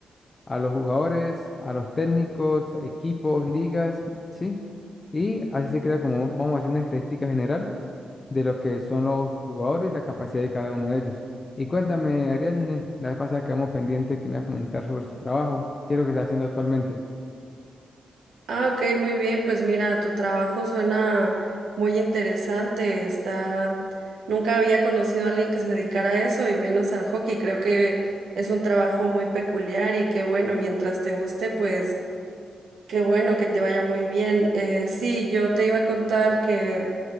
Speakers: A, on the left (about 40°); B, on the right (about 80°).
A: a los jugadores, a los técnicos, a equipos, ligas, ¿sí? Y así se crea como, vamos a decir, una estadística general de lo que son los jugadores y la capacidad de cada uno de ellos. Y cuéntame, Ariadne, la vez pasada quedamos pendiente que me vas a comentar sobre su trabajo. ¿Qué es lo que está haciendo actualmente?
B: Ah, ok, muy bien, pues mira, tu trabajo suena muy interesante, está... Nunca había conocido a alguien que se dedicara a eso y menos al hockey, creo que es un trabajo muy peculiar y qué bueno, mientras te guste, pues qué bueno que te vaya muy bien. Eh, sí, yo te iba a contar que...